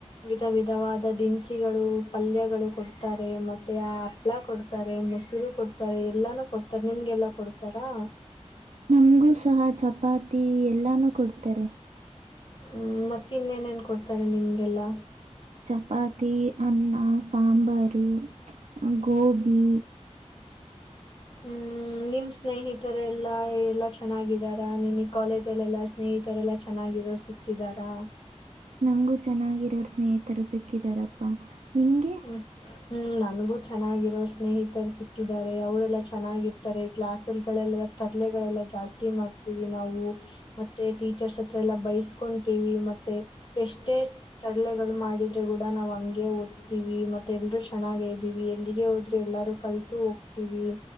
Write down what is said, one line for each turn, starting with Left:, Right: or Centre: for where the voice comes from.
Left: ವಿಧ ವಿಧವಾದ ದಿನಸಿಗಳು ಪಲ್ಯಗಳು ಕೊಡ್ತಾರೆ ಮತ್ತೆ ಆ ಹಪ್ಳ ಕೊಡ್ತಾರೆ ಮೊಸರು ಕೊಡ್ತಾರೆ ಎಲ್ಲಾನು ಕೊಡ್ತಾರೆ ನಿಮ್ಗೆಲ್ಲ ಕೊಡ್ತಾರಾ
Right: ನಮಗೂ ಸಹ ಚಪಾತಿ ಎಲ್ಲಾನೂ ಕೊಡ್ತಾರೆ
Left: ಹ್ಮ್ ಮತ್ತ ಇನ್ನೇನೇನ್ ಕೊಡ್ತಾರೆ ನಿಮ್ಗೆಲ್ಲಾ
Right: ಚಪಾತಿ ಅನ್ನ ಸಾಂಬಾರು ಗೋಬಿ
Left: ಹ್ಮ್ ್ಮ ನಿಮ್ ಸ್ನೇಹಿತರೆಲ್ಲ ಎಲ್ಲ ಎಲ್ಲಾ ಚೆನ್ನಾಗಿದಾರಾ ನಿನ್ಗೆ ಕಾಲೇಜ ಅಲ್ಲ ಎಲ್ಲಾ ಸ್ನೇಹಿತರೆಲ್ಲಾ ಚೆನ್ನಾಗ ಸಿಕ್ಕಿದಾರಾ
Right: ನಂಗೂ ಚೆನ್ನಾಗಿರೋರ್ ಸ್ನೇಹಿತರು ಸಿಕ್ಕಿದಾರಪ್ಪಾ ನಿಂಗೆ
Left: ಹ್ಮ್ ಹ್ಮ್ ನನಗೂ ಚೆನ್ನಾಗಿರೋ ಸ್ನೇಹಿತರು ಸಿಕ್ಕಿದ್ದಾರೆ ಅವರೆಲ್ಲಾ ಚೆನ್ನಾಗಿರ್ತಾರೆ ಕ್ಲಾಸ್ಲ್ ಗಳೆಲ್ಲ ತರ್ಲೆಗಳೆಲ್ಲ ಜಾಸ್ತಿ ಮಾಡ್ತೀವಿ ನಾವು ಮತ್ತೆ ಟೀಚರ್ಸ್ ಹತ್ರ ಎಲ್ಲಾ ಬಯ ಸ್ಕೊಂತೀವಿ ಮತ್ತೆ ಎಷ್ಟೇ ತರ್ಲೆಗಳು ಮಾಡಿದ್ರೆ ಕೂಡ ನಾವ್ ಹಗೆ ಓದ್ತೀವಿ ಮತ್ತೆ ಎಲ್ರೂ ಚೆನ್ನಾಗ ಇದ್ದೀವಿ ಎಲ್ಲಿಗೆ ಹೋದ್ರರು ಎಲ್ಲಾರೂ ಕಲ್ತು ಹೋಗ್ತೀವಿ